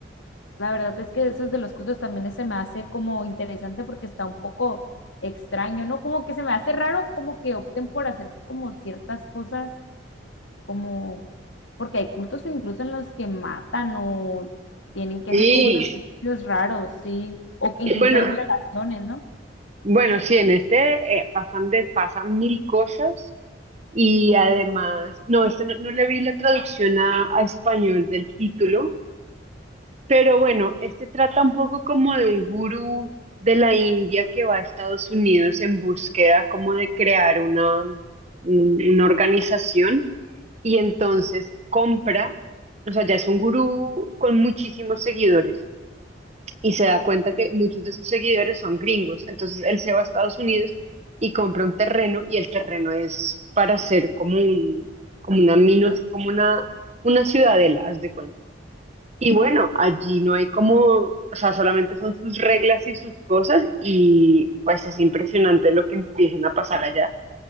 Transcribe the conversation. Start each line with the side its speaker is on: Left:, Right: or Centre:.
Left: la verdad es que esos de los cultos también se me hace como interesante porque está un poco extraño, ¿no? Como que se me hace raro como que opten por hacer como ciertas cosas, como porque hay cultos incluso en los que matan o tienen que
Right: Sí,
Left: hacer como sacrificios raros, sí, o que incluso
Right: bueno,
Left: hay violaciones, no
Right: bueno, sí, en este eh, pasan, de, pasan mil cosas y además, no, este no, no le vi la traducción a, a español del título, pero bueno, este trata un poco como de un gurú de la India que va a Estados Unidos en búsqueda como de crear una, un- una organización y entonces compra, o sea, ya es un gurú con muchísimos seguidores y se da cuenta que muchos de sus seguidores son gringos. Entonces él se va a Estados Unidos y compra un terreno y el terreno es para hacer como un, como una minos, como una, una ciudadela, haz de cuenta. Y bueno, allí no hay como, o sea, solamente son sus reglas y sus cosas y pues es impresionante lo que empiezan a pasar allá.